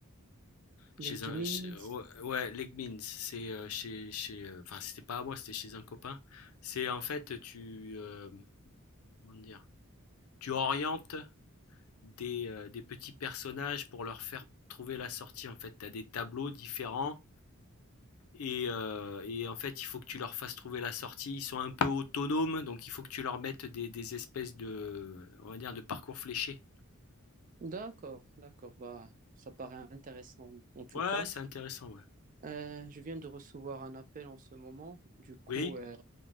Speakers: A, on the left; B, on the right.
A: Chez
B: Les gamings.
A: un, chez- ouais, ouais, Legbings. C'est euh, chez, chez, euh, enfin, c'était pas à moi, c'était chez un copain. C'est en fait, tu, euh, comment dire, tu orientes des, euh, des petits personnages pour leur faire trouver la sortie. En fait, tu as des tableaux différents. Et, euh, et en fait, il faut que tu leur fasses trouver la sortie. Ils sont un peu autonomes, donc il faut que tu leur mettes des, des espèces de, on va dire, de parcours fléchés.
B: D'accord, d'accord. Bah, ça paraît intéressant, en tout
A: Ouais,
B: cas.
A: c'est intéressant, ouais.
B: Euh, je viens de recevoir un appel en ce moment. Du coup,
A: Oui,
B: euh,